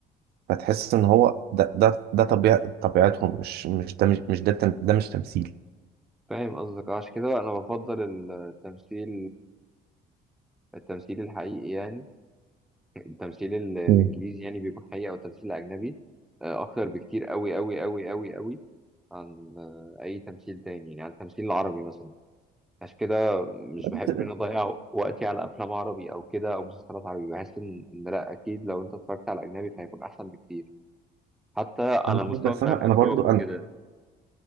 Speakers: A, on the right; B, in the centre.
A: فتحس ان هو ده ده ده طبيع... طبيعتهم مش مش ده مش مش ده تم... ده مش تمثيل
B: فاهم قصدك آه، عشان كده انا بفضل التمثيل التمثيل الحقيقي يعني التمثيل ال- الانجليزي
A: مم.
B: يعني بيكون حقيقي او التمثيل الاجنبي آه، اكتر بكتير قوي قوي قوي قوي قوي عن آه، اي تمثيل تاني يعني عن التمثيل العربي مثلا عشان كده مش
A: <laughs>
B: بحب ان أنا اضيع وقتي على افلام عربي او كده او مسلسلات عربي بحس ان إن لا اكيد لو انت اتفرجت على اجنبي فهيكون احسن بكتير حتى على
A: انا
B: المستوى
A: معاك بس
B: بتاع
A: انا
B: الاخراج
A: انا برضو انا
B: وكده